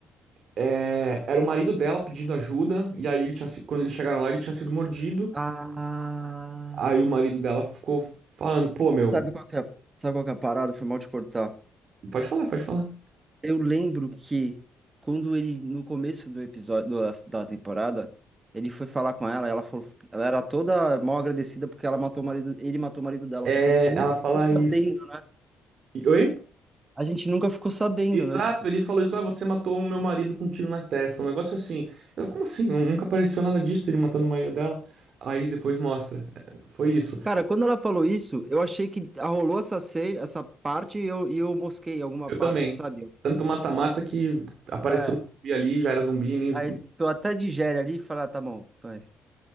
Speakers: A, on the right (about 60°); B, on the right (about 25°).
A: É, era o marido dela pedindo ajuda, e aí ele tinha, se- quando eles chegaram lá, ele tinha sido mordido.
B: Ah.
A: Aí o marido dela ficou falando, pô, meu.
B: Sabe qual que é, sabe qual que é a parada? Foi mal te cortar.
A: Pode falar, pode falar.
B: Eu lembro que quando ele, no começo do episódio do- da temporada, ele foi falar com ela, ela falou, ela era toda mal agradecida porque ela matou o marido, ele matou o marido dela,
A: É,
B: só que a gente nunca
A: ela fala
B: ficou sabendo,
A: isso.
B: né?
A: E- Oi?
B: A gente nunca ficou sabendo,
A: Exato,
B: né? Tipo,
A: ele falou isso, ah, você matou o meu marido com um tiro na testa, um negócio assim. Eu, como assim? Nunca apareceu nada disso, ele matando o marido dela. Aí depois mostra. É, Foi isso.
B: Cara, quando ela falou isso, eu achei que rolou essa, ce- essa parte e eu, e eu mosquei alguma
A: Eu
B: parte,
A: também.
B: sabe?
A: Tanto mata-mata que apareceu
B: É,
A: um zumbi ali, já era zumbi, nem...
B: aí tu até digere ali e fala, ah, tá bom, vai.